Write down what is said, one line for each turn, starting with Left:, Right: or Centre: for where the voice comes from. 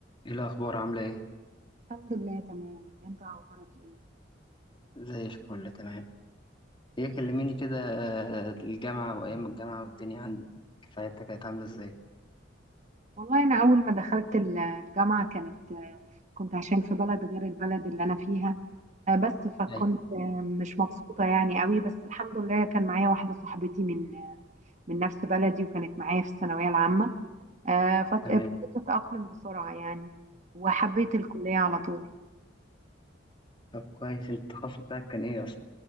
Left: ايه الاخبار عامله ايه
Right: الحمد لله تمام انت اخبارك ايه
Left: زي الفل تمام ايه كلميني كده آه، الجامعه وايام الجامعه والدنيا عندك ساعتها كانت عامله ازاي
Right: والله انا اول ما دخلت ال- الجامعه كانت آه، كنت عشان في بلد غير البلد اللي انا فيها آه، بس فكنت
Left: ايوه
Right: آه، مش مبسوطه يعني قوي بس الحمد لله كان معايا واحده صاحبتي من آه، من نفس بلدي وكانت معايا في الثانويه العامه آه، فابتديت
Left: تمام
Right: اتاقلم بسرعه يعني وحبيت الكليه على طول
Left: طب كويس انت التخصص بتاعك كان ايه اصلا